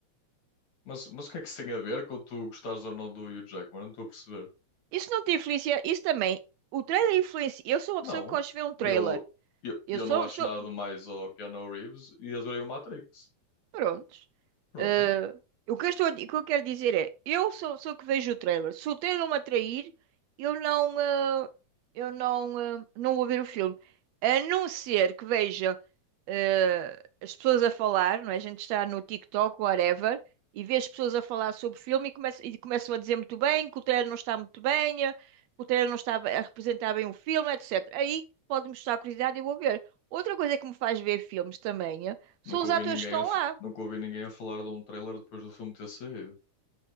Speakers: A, on the left; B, on the right.
A: mas, mas o que é que isso tem a ver com tu gostares ou não do Hugh Jackman? Não estou a perceber.
B: Isso não te influencia, isso também. O trailer influencia. Eu sou uma
A: Não.
B: pessoa que gosto de ver um trailer.
A: Eu, eu,
B: Eu
A: eu
B: sou
A: não
B: uma
A: acho
B: pessoa.
A: nada mais ao Keanu Reeves e adorei o Matrix.
B: Prontos.
A: Pronto.
B: Eh, o que eu estou, a di- o que eu quero dizer é, eu sou, sou que vejo o trailer. Se o trailer me atrair, eu não, eh, eu não, eh, não vou ver o filme. A não ser que veja, eh, as pessoas a falar, não é? A gente está no TikTok, whatever, e vê as pessoas a falar sobre o filme e, começa, e começam a dizer muito bem que o trailer não está muito bem, eh, que o trailer não está a representar bem o filme, etc. Aí pode-me estar curiosidade e eu vou ver. Outra coisa que me faz ver filmes também, eh, são
A: Nunca
B: os
A: ouvi
B: atores
A: ninguém
B: que estão
A: a, f-
B: lá.
A: nunca ouvi ninguém a falar de um trailer depois do filme ter saído.